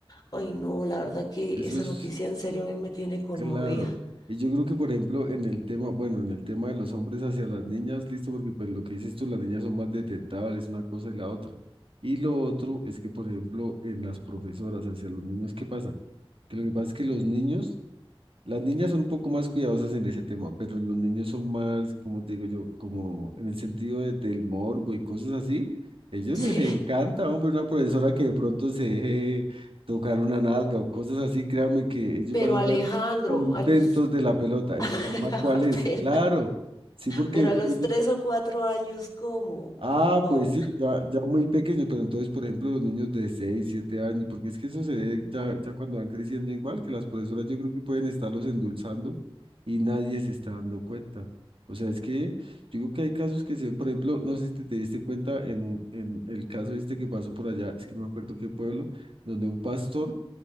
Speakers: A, on the left (about 40°); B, on the right (about 65°).
A: Ay, no, la verdad que
B: eso
A: esa
B: es
A: noticia en serio a mí me tiene conmovida.
B: claro.
A: <laughs>
B: Y yo creo que, por ejemplo, en el tema, bueno, en el tema de los hombres hacia las niñas, listo, porque pues lo que dices tú, las niñas son más detectables, una cosa y la otra. Y lo otro es que, por ejemplo, en las profesoras hacia los niños, ¿qué pasa? Que lo que pasa es que los niños Las niñas son un poco más cuidadosas en ese tema, pero los niños son más, como te digo yo, como en el sentido de- del morbo y cosas así. Ellos
A: Sí,
B: les encanta, hombre, una profesora que de pronto se deje tocar una nalga o cosas así, créanme que ellos
A: pero
B: van a andar
A: Alejandro,
B: contentos
A: a los...
B: de la pelota.
A: <laughs>
B: ¿El problema cuál es?
A: pero,
B: Claro, sí, porque
A: pero a los
B: ellos
A: tres o cuatro años, ¿cómo?
B: Ah,
A: Wow.
B: pues sí, ya, ya muy pequeños, pero entonces, por ejemplo, los niños de 6, 7 años, porque es que eso se ve ya, ya cuando van creciendo igual, que las profesoras yo creo que pueden estarlos endulzando y nadie se está dando cuenta. O sea, es que yo creo que hay casos que se, por ejemplo, no sé si te, te diste cuenta en, un- en el caso este que pasó por allá, es que no me acuerdo qué pueblo, donde un pastor